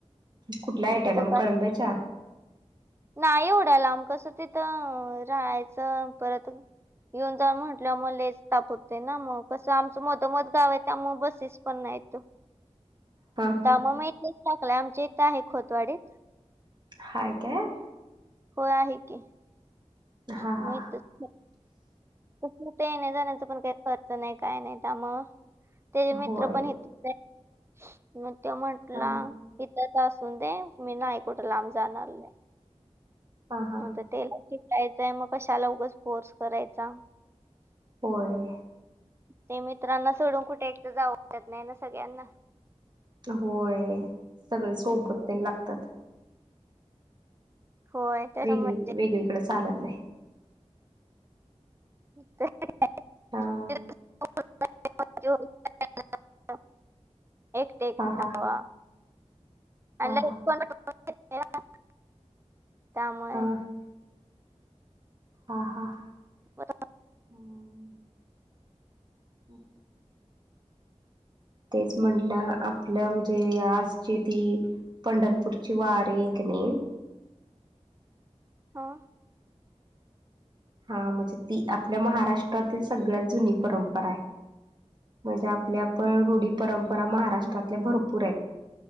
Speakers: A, on the right; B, on the right.
A: कुठल्या आयट्याला
B: आता बघा
A: मग कळंब्याच्या?
B: नाही एवडायला आम कसं तिथं राहायचं परत, येऊन जाऊन म्हंटलं मग लेच ताप होते ना मग कसं आमचं मधमध गाव आहे त्या मग बसेस पण नायत.
A: हा हा
B: त्यामुळं मग इथं एक टाकलंय आमच्या इथं आहे खोतवाडीत.
A: हाय काय?
B: होय आहे की
A: हा
B: मग
A: हा
B: इथंच, कु कुठं येण्या जाण्याचा पण काही खर्च नाही काय नाही त्यामुळं, तेजी मित्र
A: होय
B: पण इथंच आहेत मग तो म्हटंला,
A: हा हा
B: इथंच असून दे मी नाही कुठं लाब जाणार लई.
A: हां हां
B: बरं त्याला शिकायचं आहे मग कशाला उगच फोर्स करायचा.
A: होय,
B: ते मित्रांना सोडून कुठे एकटं जाऊ वाटत नाही ना सगळ्यांना,
A: होय सगळे सोबत तेन लागतात.
B: होय त्याच्यामध्ये
A: वेगळी वेगळीकडे चालत नाही.
B: <unintelligible>
A: हा
B: एकट एकटं
A: हा हा
B: जावा
A: हा
B: आणि कोण, <unintelligible> त्यामुळे
A: <unintelligible> हा हा हूं
B: बरं.
A: हू तेच म्हटलं आपलं म्हणजे आजची ती. पंढरपूरची वारी आहे कनई.
B: हा,
A: हा म्हणजे ती आपल्या महाराष्ट्रातील सगळ्यात जुनी परंपरा आहे म्हणजे आप, आपल्या पण रूढी परंपरा महाराष्ट्रातल्या भरपूर आहेत.